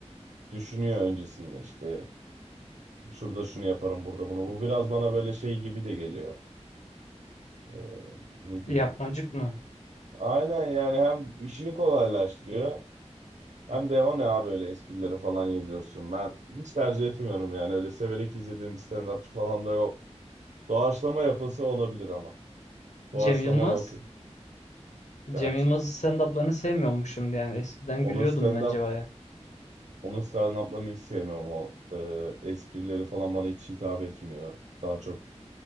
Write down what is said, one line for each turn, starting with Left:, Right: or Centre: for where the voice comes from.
Right: Düşünüyor öncesinde işte. Şurada şunu yaparım, burada bunu. Bu biraz bana böyle şey gibi de geliyor. Ee, ne diyeyim?
Left: Yapmacık mı?
Right: Aynen yani hem işini kolaylaştırıyor hem de o ne abi öyle esprileri falan yazıyorsun. Ben hiç tercih etmiyorum yani. Öyle severek izlediğim bir stand-upçı falan da yok. Doğaçlama yapısı olabilir ama. Doğaçlamaya
Left: Cem Yılmaz.
Right: okey.
Left: Cem
Right: Yani
Left: Yılmaz'ın
Right: c-
Left: stand-up'larını sevmiyormuşum yani. Eskiden
Right: onun
Left: gülüyordum
Right: stand-up
Left: bence baya.
Right: onun stand-up'larını hiç sevmiyorum. O e, esprileri falan bana hiç hitap etmiyor. Daha çok